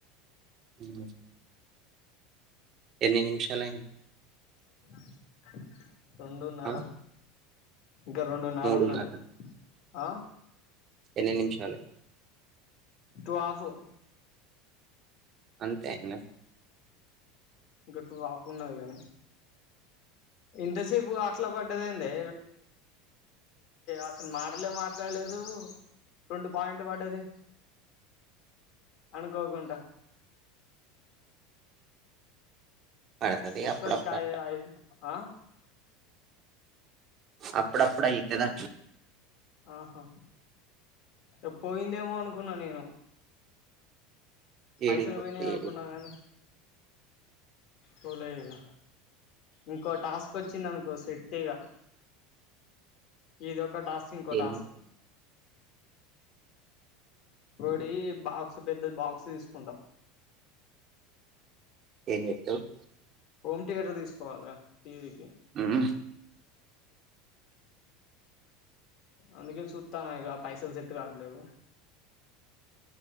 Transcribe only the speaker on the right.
ఉమ్. ఎన్ని నిమిషాలయింది.
ఆ
మూడున్నర
ఎన్ని నిమిషాలు
అంతే అయినా
పడతది
అప్పుడప్పుడు అట్లా
అప్పుడప్పుడు అయితదట్ల
ఏడిపోతది
ఏడి
ఏం
ఎంచెత్తవ్
ఉమ్